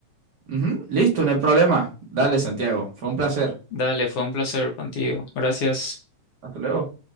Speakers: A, on the right; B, on the left.
A: Ujú, Listo, no hay problema. Dale, Santiago. Fue un placer.
B: Dale, fue un placer contigo. Gracias.
A: Hasta luego.